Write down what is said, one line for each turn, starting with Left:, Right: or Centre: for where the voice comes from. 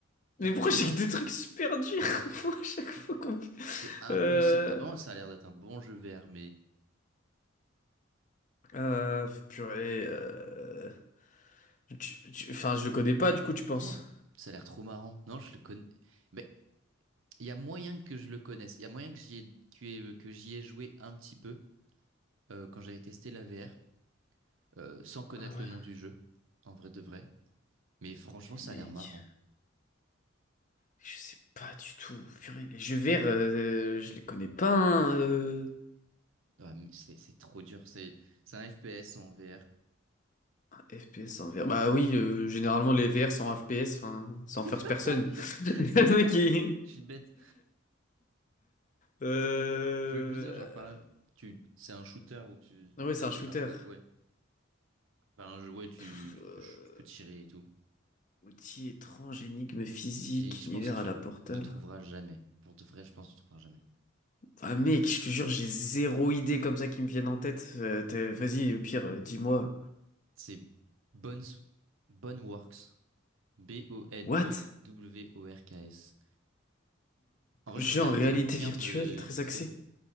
Right: T'as
Left: Mais
Right: pas
Left: pourquoi
Right: de chance,
Left: j'ai que
Right: hein?
Left: des trucs super durs <laughs> moi, à chaque fois qu'on...
Right: C'est impossible.
Left: Euh...
Right: Ah, Apparemment, ça a l'air d'être un bon jeu VR, mais
Left: euh, Purée... euh, tu- tu- Enfin, je le connais pas du coup, tu penses?
Right: Oh, ça a l'air trop marrant. Non, je le connais. Mais il y a moyen que je le connaisse. Il y a moyen que j'y ai... que euh, que j'y ai joué un petit peu euh, quand j'avais testé la VR, euh, sans connaître
Left: Ah ouais,
Right: le nom du jeu, en vrai de vrai. Mais franchement,
Left: mais
Right: ça
Left: mec...
Right: a l'air marrant.
Left: Je sais pas du tout. Purée, les jeux verts, euh, je les connais pas. hein, euh,
Right: Ouais, mais c'est c'est trop dur. C'est c'est un FPS en VR.
Left: FPS en VR. Bah oui, euh, généralement les VR sont en FPS, enfin, c'est en first
Right: <laughs>
Left: person. <laughs> Le
Right: C'est vrai.
Left: mec, il-
Right: Je suis bête.
Left: Euh...
Right: Je voulais plus dire, genre, par... tu... c'est un shooter où tu
Left: Ah Ouais, c'est
Right: as
Left: un
Right: des
Left: shooter.
Right: armes, quoi. Ouais. Ben, je- ouais, tu,
Left: Pff,
Right: tu
Left: euh,
Right: peux, ch- tu peux tirer et tout.
Left: outil étrange, énigme physique,
Right: Et je
Left: univers
Right: pense que tu
Left: à la Portal.
Right: ne trouveras jamais. Pour de vrai, je pense que tu ne trouveras jamais.
Left: Ah mec, je te jure, j'ai zéro idée comme ça qui me viennent en tête. Euh, t'as- vas-y, au pire, euh, dis-moi.
Right: C'est Bones, Boneworks. B-O-N-E-W-O-R-K-S.
Left: What?
Right: En vrai,
Left: Jeu
Right: regarde,
Left: en réalité
Right: euh, regarde
Left: virtuelle,
Right: euh,
Left: très
Right: vite
Left: axé.
Right: fait.